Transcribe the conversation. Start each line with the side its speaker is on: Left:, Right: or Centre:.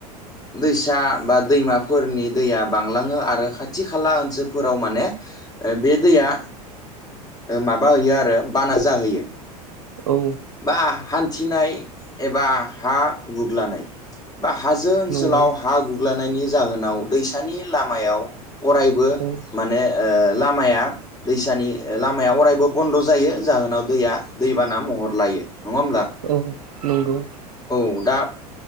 Left: दैसा बा दैमाफोरनि दैया बांलाङो आरो खाथि खाला ओनसोलफोराव माने बे दैया माबा होयो आरो बाना जाहोयो
Right: औ
Left: बा हान्थिनाय एबा हा गुग्लानाय बा हाजो ओनसोलाव
Right: नंगौ
Left: हा गुग्लनि जाहोनाव दैसानि लामायाव अरायबो
Right: औ
Left: माने लामाया दैसानि लामाया अरायबो बन्द' जायो जाहोनाव दैया दैबाना महर लायो नङा होमब्ला?
Right: औ नंगौ
Left: औ दा